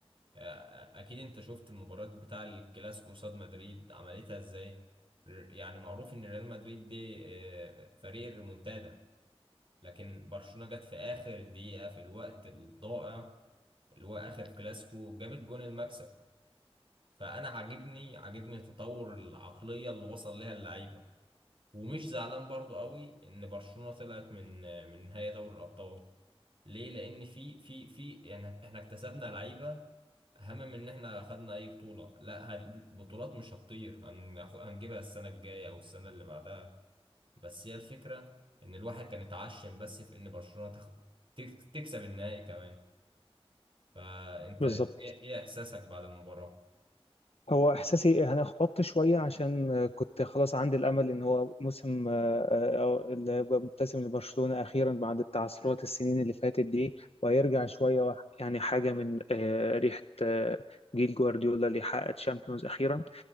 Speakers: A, on the right; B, on the left.
A: آه، اكيد انت شفت المباراة بتاع الكلاسيكو قصاد مدريد عملتها ازاي يعني معروف ان ريال مدريد دي آه، فريق الريمونتادا لكن برشلونة جت في آخر دقيقة في الوقت الضائع اللي هو آخر كلاسيكو جابت جون المكسب فأنا عاجبني عاجبني تطور العقلية اللي وصل ليها اللعيبة ومش زعلان برضو قوي إن برشلونة طلعت من من نهائي دوري الأبطال ليه؟ لأن في في في يعني إحنا اكتسبنا لعيبة أهم من إن إحنا خدنا أي بطولة لا هن- البطولات مش هتطير هن- هنجيبها السنة الجاية أو السنة اللي بعدها بس هي الفكرة إن الواحد كان اتعشم بس في إن برشلونة تخ... تك... تكسب النهائي كمان فأنت
B: بالظبط
A: إيه إيه إحساسك بعد المباراة؟
B: هو احساسي يعني احبطت شويه عشان آه، كنت خلاص عندي الامل ان هو موسم آه، آه، أو اللي هيبقى مبتسم لبرشلونه اخيرا بعد تعثرات السنين اللي فاتت دي وهيرجع شويه وح- يعني حاجه من آه، ريحه آه، جيل جوارديولا اللي حقق تشامبيونز اخيرا